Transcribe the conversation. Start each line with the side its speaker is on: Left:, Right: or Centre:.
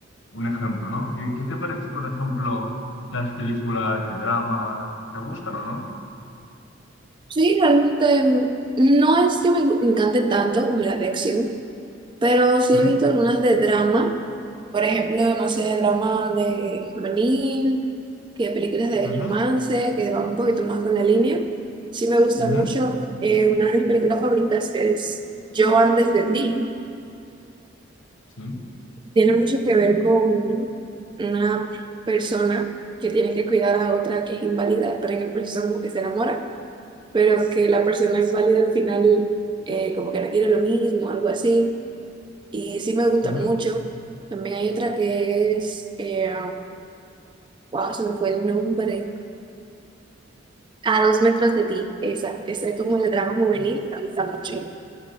Left: un ejemplo, ¿no? ¿Qué, qué te parece, por ejemplo, las películas de drama? ¿Te gustan o no?
Right: Sí, realmente mm, no es que me gu- me encante tanto como la de acción, Pero sí
Left: ¿Mm?
Right: he visto algunas de drama, por ejemplo, no sé, drama de juvenil, que películas de
Left: Ujú,
Right: romance, que van un poquito más con la línea. Sí me gusta
Left: ujú,
Right: mucho. Eh, una de mis películas favoritas es Yo antes de ti.
Left: Sí,
Right: Tiene mucho que ver con una persona que tiene que cuidar a otra que es inválida, pero en el proceso como que se enamora, pero que la persona inválida al final eh, como que no quiere lo mismo, algo así. Y sí me gusta
Left: ujú,
Right: mucho. También hay otra que es, eh, wow, se me fue el nombre. A dos metros de ti. Esa, esa es como de drama juvenil. Me gusta mucho.